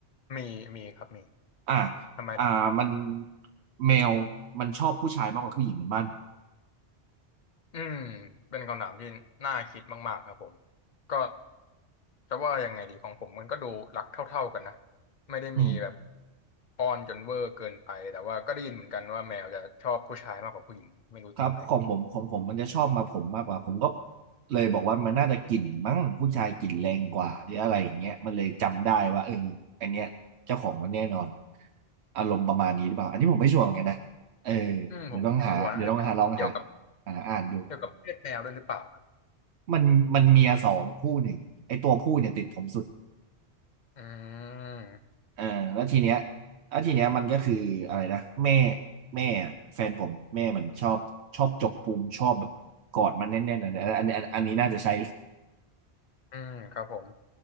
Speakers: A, on the left; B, on the right.
A: มีมีครับมี
B: อ่า
A: ทำไม
B: อ่ามันแมวมันชอบผู้ชายมากกว่าผู้หญิงเหมือนบ้าน
A: อืมเป็นคำถามที่น่าคิดมากๆครับผมก็จะว่ายังไงดีของผมมันก็ดูรักเท่าๆกันนะ ไม่ได้มีแบบ
B: อืม
A: ป้อนจนเวอร์เกินไป แต่ว่าก็ได้ยินเหมือนกันว่าแมวจะชอบผู้ชายมากกว่าผู้หญิงไม่รู้จริงไหม
B: ครับของผมของผมมันจะชอบมาผมมากกว่าผมก็เลยบอกว่ามันน่าจะกลิ่นมั้งผู้ชายกลิ่นแรงกว่าหรืออะไรอย่างเงี้ยมันเลยจำได้ว่าเอออันเนี้ยเจ้าของมันแน่นอนอารมณ์ประมาณนี้หรือเปล่าอันนี้ผมไม่ชัวร์เหมือนกันนะเออ
A: อืมผมไม่ชัวร์นะหรือเป็นเกี่ยวกับ
B: เดี๋ยวต้องหาเดี๋ยวต้องหาลองหาหาอ่านดู
A: เกี่ยวกับเพศแมวด้วยหรือเปล่าครับ
B: มันมันเมียสองผู้หนึ่งไอ้ตัวผู้เนี่ยติดผมสุด
A: อืม
B: เออแล้วทีเนี้ยแล้วทีเนี้ยมันก็คืออะไรนะแม่แม่แฟนผมแม่มันชอบชอบจกพุงชอบแบบกอดมันแน่นๆอันอันอันอันนี้น่าจะใช้
A: อืมครับผม